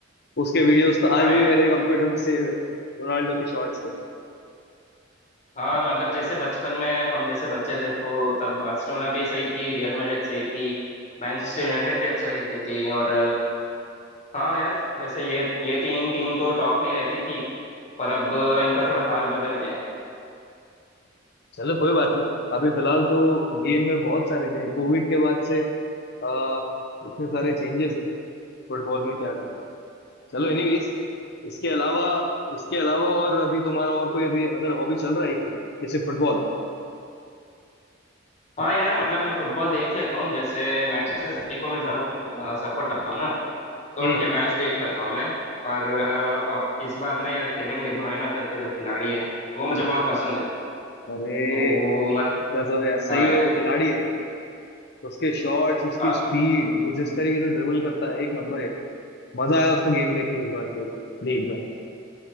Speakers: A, on the left; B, on the left.
A: उसके वीडियोस तो
B: हाँ
A: आज भी
B: यार
A: मेरे कंप्यूटर में सेव है रोनाल्डो के शॉट्स के
B: हाँ मतलब जैसे बचपन में हम जैसे बच्चे थे तो तब बार्सिलोना भी सही थी रियल मैड्रिड सही थी मैनचेस्टर यूनाइटेड भी अच्छा खेलती थी और हाँ यार जैसे ये ये तीन टीम तो टॉप में ही रहती थी पर अब इनका थोड़ा हाल बदल गया है
A: चलो कोई बात नहीं अभी फिलहाल तो गेम में बहुत सारे चेंज, कोविड के बाद से आ, इतने सारे चेंजेस है फुटबॉल में क्या कहें चलो एनीवेज इसके अलावा इसके अलावा और अभी तुम्हारा और कोई अभी अदर हॉबी चल रहा है कि नहीं जैसे फुटबॉल
B: हाँ यार मतलब मैं फुटबॉल देख लेता हूँ जैसे मैनचेस्टर सिटी को मैं ज्यादा सपोर्ट करता हूँ ना तो
A: हम्म
B: उनके मैच देख लेता हूँ मैं पर अ, अब इस बार ना यार केविन डी ब्रुयना करके जो खिलाड़ी है वो मुझे बहुत पसंद है
A: अरे
B: तो वो मत
A: गजब यार सही
B: हाँ
A: में
B: यार
A: वो खिलाड़ी है उसके शॉट्स उसकी
B: अ,
A: स्पीड वो जिस तरीके से ड्रिबल करता है एक नंबर है मजा आया उसका गेम देख के इस बार के लीग में